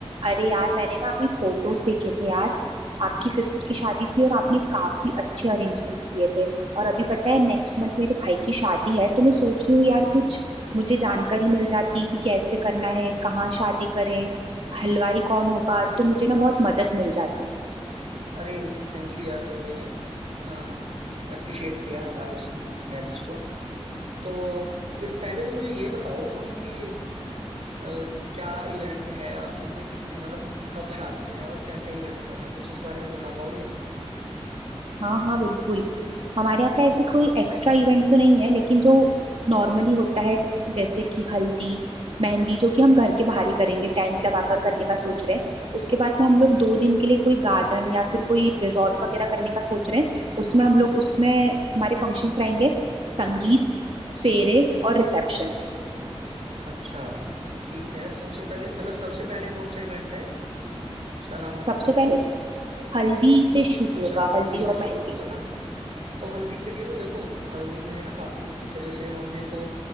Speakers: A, on the right; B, on the right.
A: अरे यार मैंने ना अभी फोटोज देखे थे यार आपकी सिस्टर की शादी थी और आपने काफी अच्छे अरेंजमेंट्स किए थे और अभी पता है नेक्स्ट मंथ मेरे भाई की शादी है तो मैं सोच रही हूँ यार कुछ मुझे जानकारी मिल जाती कि कैसे करना है कहाँ शादी करें हलवाई कौन होगा तो मुझे ना बहुत मदद मिल जाती
B: अरे thank you यार तुमने इतना अप्रिशिएट किया हमारी उसकी मैरिज को तो फिर पहले तो मुझे ये बताओ तुम कि अ, क्या इवेंट है और कितने कितने मतलब कब शादी है और क्या क्या इवेंट करना है? कुछ इस बारे में बता पाओगे
A: हाँ हाँ बिल्कुल हमारे यहाँ पे ऐसी कोई एक्स्ट्रा इवेंट तो नहीं है लेकिन जो नॉर्मली होता है जैसे कि हल्दी मेहंदी जो कि हम घर के बाहर ही करेंगे टेंट लगाकर करने का सोच रहे हैं उसके बाद में हम लोग दो दिन के लिए कोई गार्डन या फिर कोई रिजॉर्ट वगैरह करने का सोच रहे हैं उसमें हम लोग उसमें हमारे फंक्शंस रहेंगे संगीत फेरे और रिसेप्शन
B: अच्छा तो ठीक है सबसे पहले मतलब सबसे पहले कौन सा इवेंट है उसका नाम बताना
A: सबसे पहले हल्दी से शुरू
B: अच्छा
A: होगा
B: हल्दी
A: हल्दी
B: से
A: और
B: शुरू
A: मेहंदी
B: होगा ना तो हल्दी के लिए तो देखो हल्दी के लिए ना काफी कुछ होता है जैसे हमने तो